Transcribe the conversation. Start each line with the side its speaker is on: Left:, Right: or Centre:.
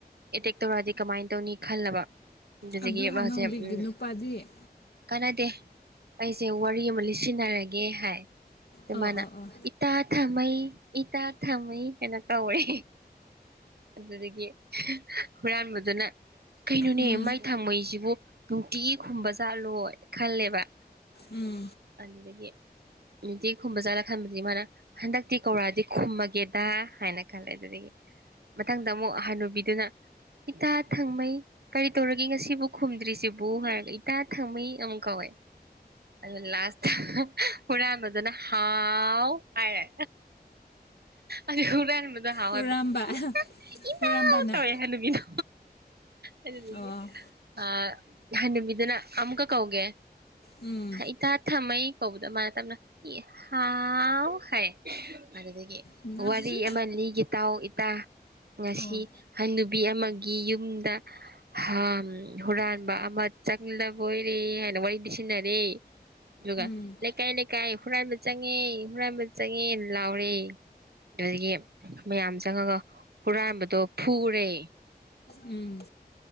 Right: ꯑꯦꯇꯦꯛ ꯇꯧꯔꯛꯑꯗꯤ ꯀꯃꯥꯏꯅ ꯇꯧꯅꯤ ꯈꯜꯂꯕ ꯑꯗꯨꯗꯒꯤ
Left: ꯑꯗꯨ ꯍꯅꯨꯕꯤꯒꯤ
Right: ꯃꯥꯁꯦ ꯎꯝ
Left: ꯅꯨꯄꯥꯗꯤ
Right: ꯀꯥꯟꯅꯗꯦ ꯑꯩꯁꯦ ꯋꯥꯔꯤ ꯑꯃ ꯂꯤꯠꯁꯤꯟꯅꯔꯒꯦ ꯍꯥꯏ ꯑꯗꯨ
Left: ꯑꯣ
Right: ꯃꯥꯅ
Left: ꯑꯣ ꯑꯣ
Right: ꯏꯇꯥ ꯊꯝꯃꯩ ꯏꯇꯥ ꯊꯝꯃꯩ ꯍꯥꯏꯅ ꯀꯧꯏꯦ ꯑꯗꯨꯗꯒꯤ ꯍꯨꯔꯥꯟꯕꯗꯨꯅ ꯀꯩꯅꯣꯅꯦ
Left: ꯎꯝ
Right: ꯃꯥꯏ ꯊꯥꯡꯃꯩꯁꯤꯕꯨ ꯅꯨꯡꯇꯤꯒꯤ ꯈꯨꯝꯕꯖꯥꯠꯂꯣꯏ ꯈꯜꯂꯦꯕ
Left: ꯎꯝ
Right: ꯑꯗꯨꯗꯒꯤ ꯑꯗꯨꯗꯤ ꯈꯨꯝꯕ ꯖꯥꯠꯂ ꯈꯟꯕꯗꯤ ꯃꯥꯅ ꯍꯟꯗꯛꯇꯤ ꯀꯧꯔꯥꯗꯤ ꯈꯨꯝꯃ ꯒꯦꯗꯥ ꯍꯥꯏꯅ ꯈꯜꯂꯦ ꯑꯗꯨꯗꯒꯤ ꯃꯊꯪꯗ ꯑꯃꯨꯛ ꯍꯅꯨꯕꯤꯗꯨꯅ ꯏꯇꯥ ꯊꯪꯃꯩ ꯀꯔꯤ ꯇꯧꯔꯒꯦ ꯉꯁꯤꯕꯨ ꯈꯨꯝꯗ꯭ꯔꯤꯁꯤꯕꯨ ꯍꯥꯏꯔꯒ ꯏꯇꯥ ꯊꯪꯃꯩ ꯑꯃꯨꯡ ꯀꯧꯋꯦ ꯑꯗꯨ ꯂꯥꯁꯇ ꯍꯨꯔꯥꯟꯕ ꯗꯨꯅ ꯍꯥꯎ ꯍꯥꯏꯔꯦ ꯑꯗꯨ ꯍꯨꯔꯥꯟꯕꯅ ꯍꯥꯎ
Left: ꯍꯨꯔꯥꯝꯕ
Right: ꯍꯥꯏꯕꯗꯣ ꯏꯃꯥꯎ
Left: ꯍꯨꯔꯥꯝꯕꯅ
Right: ꯇꯧꯋꯦ ꯍꯥꯏ ꯍꯅꯨꯕꯤꯗꯣ ꯑꯗꯨꯗꯒꯤ
Left: ꯑꯣ
Right: ꯑ ꯍꯥꯅꯨꯕꯤꯗꯨꯅ ꯑꯃꯨꯛꯀ ꯀꯧꯒꯦ
Left: ꯎꯝ
Right: ꯏꯇꯥ ꯊꯝꯃꯩ ꯀꯧꯕꯗ ꯃꯥꯅ ꯇꯞꯅ ꯍꯥꯎ ꯍꯥꯏ ꯑꯗꯨꯗꯒꯤ
Left: ꯅꯪꯁꯨ
Right: ꯋꯥꯔꯤ ꯑꯃꯅꯤ ꯂꯤꯒꯦ ꯇꯥꯎ ꯏꯇꯥ ꯉꯁꯤ
Left: ꯑꯣ
Right: ꯍꯟꯅꯨꯕꯤ ꯑꯃꯒꯤ ꯌꯨꯝꯗ ꯍꯝ ꯍꯨꯔꯥꯟꯕ ꯑꯃ ꯆꯪꯂꯕ ꯑꯣꯏꯔꯦ ꯍꯥꯏꯅ ꯋꯥꯔꯤꯗꯤ ꯁꯤꯟꯅꯔꯦ ꯑꯗꯨꯒ
Left: ꯎꯝ
Right: ꯂꯩꯀꯥꯏ ꯂꯩꯀꯥꯏ ꯍꯨꯔꯥꯟꯕ ꯆꯪꯉꯦ ꯍꯨꯔꯥꯟꯕ ꯆꯪꯉꯦ ꯂ__ ꯂꯥꯎꯔꯦ ꯑꯗꯨꯗꯒꯤ ꯃꯌꯥꯝ ꯆꯪꯉꯒ ꯍꯨꯔꯥꯟꯕꯗꯣ ꯐꯨꯔꯦ
Left: ꯎꯝ